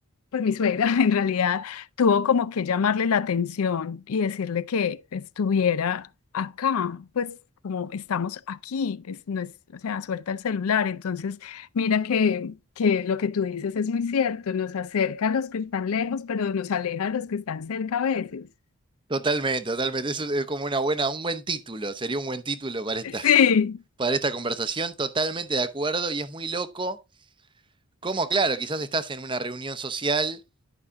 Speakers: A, on the left; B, on the right.
A: pues mi suegra <laughs> en realidad, tuvo como que llamarle la atención y decirle que estuviera acá, pues como estamos aquí, es- no es, o sea, suelta el celular. Entonces, mira que, que lo que tú dices es muy cierto, nos acerca a los que están lejos, pero nos aleja a los que están cerca a veces.
B: Totalmente, totalmente. Eso es como una buena, un buen título. Sería un buen título para esta,
A: Sí,
B: para esta conversación. Totalmente de acuerdo y es muy loco. Como, claro, quizás estás en una reunión social